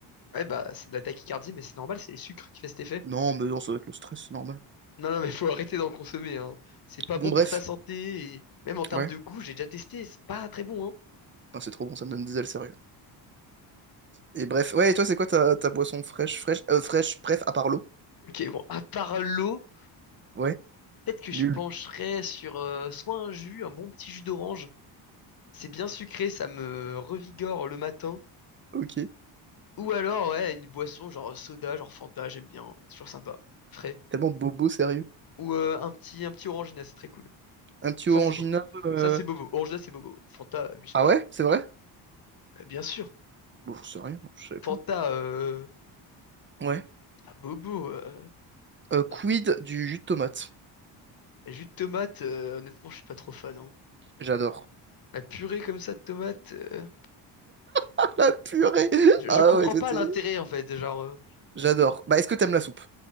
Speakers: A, on the left; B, on the right.
A: Ouais bah c'est de la tachycardie mais c'est normal, c'est les sucres qui fait cet effet.
B: Non, mais non, ça doit être le stress, c'est normal.
A: Non non mais faut arrêter d'en consommer hein. C'est pas
B: Bon
A: bon
B: bref,
A: pour ta santé et même en termes
B: ouais.
A: de goût, j'ai déjà testé, c'est pas très bon hein.
B: Putain, c'est trop bon, ça me donne des ailes sérieux. Et bref, ouais, et toi c'est quoi ta, ta boisson fraîche, fraîche, euh, fraîche, bref, à part l'eau?
A: OK, bon, à part l'eau,
B: Ouais,
A: peut-être que
B: nul.
A: je pencherais sur euh, soit un jus, un bon petit jus d'orange C'est bien sucré, ça me revigore le matin.
B: Ok.
A: Ou alors, ouais, une boisson genre soda, genre Fanta, j'aime bien, c'est toujours sympa, frais.
B: Tellement bobo sérieux.
A: Ou euh, un petit, un petit Orangina, c'est très cool.
B: Un petit
A: Ça,
B: orangina,
A: c'est beau.
B: euh...
A: Ça, c'est bobo. Orangina, c'est bobo. Fanta, abuse
B: Ah
A: pas.
B: ouais, c'est vrai?
A: Euh, bien sûr.
B: Bon, j'en sais rien, je savais pas.
A: Fanta, euh,
B: Ouais.
A: c'est pas bobo. euh,
B: Euh, quid
A: notre-
B: du jus de tomate?
A: jus de tomate, euh, honnêtement, je suis pas trop fan. hein.
B: J'adore.
A: La purée comme ça de tomate, euh,
B: <laughs> La purée!
A: je,
B: Ah
A: je comprends
B: ouais, toi
A: pas
B: t'es...
A: l'intérêt en fait. Genre, euh,
B: J'adore. Bah est-ce que t'aimes la soupe?